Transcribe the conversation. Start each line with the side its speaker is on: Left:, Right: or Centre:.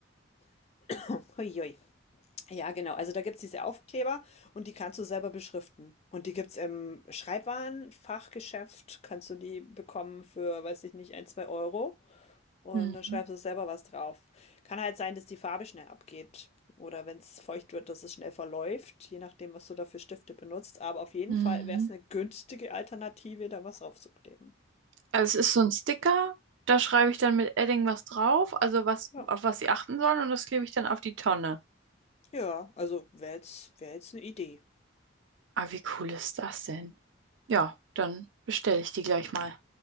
Left: Huiui. Ja, genau. Also da gibt's diese Aufkleber und die kannst du selber beschriften. Und die gibt's im Schreibwarenfachgeschäft, kannst du die bekommen für, weiß ich nicht, ein, zwei Euro. Und
Right: Mhm.
Left: dann schreibst du selber was drauf. Kann halt sein, dass die Farbe schnell abgeht. Oder wenn's feucht wird, dass es schnell verläuft, je nachdem, was du da für Stifte benutzt. Aber auf jeden
Right: Mhm.
Left: Fall wäre es eine günstige Alternative, da was draufzukleben.
Right: Also es ist so ein Sticker, da schreibe ich dann mit Edding was drauf, also was,
Left: Ja.
Right: auf was sie achten sollen und das klebe ich dann auf die Tonne.
Left: Ja, also wäre jetzt, wär jetzt eine Idee.
Right: Ah, wie cool ist das denn? Ja, dann bestelle ich die gleich mal.